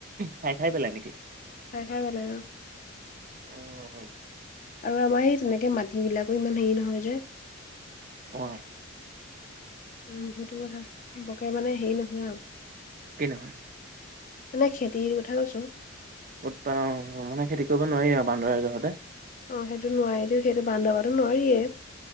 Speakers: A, on the right; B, on the left.
A: খাই খাই পেলাইা নেকি
B: খাই খাই ভাল লাগে
A: উম উম
B: আৰু আমাৰ সেই তেনেকে মাটি বিলাকো ইমান হেৰি নহয় যে
A: অ
B: অ সেইটো কথা বকে মানে হেৰি নহয় আৰু
A: কি নহয়
B: মানে খেতিৰ কথা কৈছো
A: উৎপাদন মানে খেতি কৰিব নোৱাৰি আৰু বান্দৰজহতে
B: অ সেইটো নোৱাৰি দিও সেইটো বান্ধবো নোৱাৰিয়ে